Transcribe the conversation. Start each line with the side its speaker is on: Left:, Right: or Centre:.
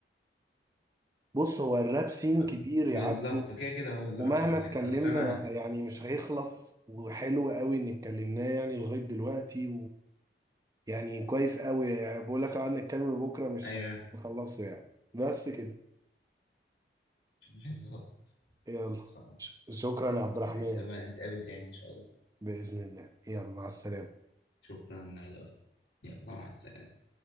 Right: بص هو الراب سين
Left: ب-
Right: كبير
Left: بالظبط
Right: يا عبدو
Left: كده كده هو اللي
Right: ومهما
Left: رفع مهاب
Right: اتكلمنا
Left: بس انا
Right: يعني مش هيخلص وحلو قوي ان اتكلمناه يعني لغايه دلوقتي ويعني كويس قوي يعني بقول لك لو قعدنا نتكلم بكره مش
Left: ايوه
Right: هنخلصه يعني بس كده
Left: <laughs> بالظبط
Right: يلا
Left: خلاص
Right: ش- شكرا يا عبد الرحمن
Left: نتقابل نتقابل تاني ان شاء الله
Right: بإذن الله يلا مع السلامة
Left: شكرا يا لؤي. يلا مع السلامة